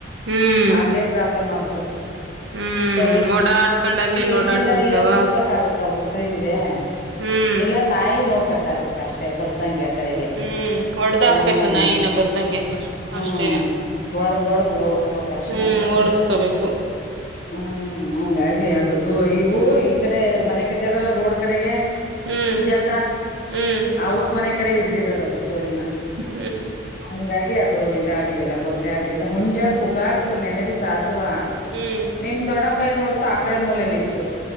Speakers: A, on the right; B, on the left.
A: ಹ್ಮ್
B: ಅದೇ ಪ್ರಾಬ್ಲಮ್ ಆಗ್
A: ಹ್ಮ್
B: ಸೈ
A: ಓಡಾಡ್ಕೊಂಡ್ ಅಲ್ಲಿ ಇಲ್ಲಿ
B: ಹಿಂದಿಂದಾನೇ
A: ಓಡಾಡ್ತಿರ್ತಾವ
B: ಎಲ್ ಸುತ್ತಕ ಆಗುತ್ತೆ ತಗೋತ್ ಹಿಂದೆ
A: ಹ್ಮ್
B: ಇಲ್ಲ ನಾಯಿ ನೋಡ್ಕೊತಾ ಇರ್ಬೇಕ ಅಷ್ಟೇ ಬರ್ದಂಗೆ ಯಕ ಕಡೆಗೆ
A: ಹ್ಮ್ ಹೊಡ್ದ ಹಾಕ್ಬೇಕು
B: ಹ್ಮ್
A: ನಾಯಿನ ಬರ್ದಂಗೆ
B: ಹ್ಮ್
A: ಅಷ್ಟೇ
B: ಹೊಡದ ಹೊಡದ ಓಡಸ್ಬೇಕಷ್ಟೆ
A: ಹ್ಮ್ ಓಡಸ್ಕೋಬೇಕು
B: ಹ್ಮ್ ಹಂಗ ಹಾಗೆ ಅದದುು ಇವು ಈ ಕಡೆ ಮನೆ ಕಟ್ಟಿರಲ್ಲ ರೋಡ್ ಕಡೆಗೆ
A: ಹ್ಮ್
B: ಸುಜಾತಾ
A: ಹ್ಮ್
B: ಅವ್ರ ಮನೆ ಕಡೆ ಹಿಡ್ದಿರೋದ ಅದು ಕೋಳಿನ
A: ಹ
B: ಹಂಗಾಗಿ ಅದು ಇದಾಗ್ಲಿಲ್ಲ ಗೊತ್ತೇ ಆಗ್ಲಿಲ್ಲ ಹುಂಜಾ ಕೂಗಾಡ್ತು ನೆನೆದಿ ಸ ಆದ್ರ ವಾ
A: ಹ್ಮ್
B: ನಿಮ್ ದೊಡ್ಡ ಪೈ ನೋಡ್ತು ಆ ಕಡೆ ಮೂಲೇಲಿತ್ತು